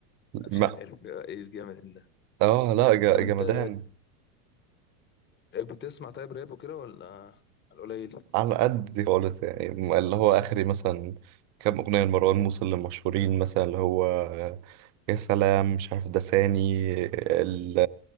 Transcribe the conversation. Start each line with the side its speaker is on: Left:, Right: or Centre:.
Right: ما
Left: مش عارف ايه الجامد ده
Right: اه لا ج-
Left: طب انت
Right: جمدان
Left: بتسمع طيب راب وكده ولا على القليل
Right: على قد خالص يعني اللي هو آخري مثلا كام أغنية لمروان موسى اللي مشهورين مثلا اللي هو يا سلام مش عارف دساني ال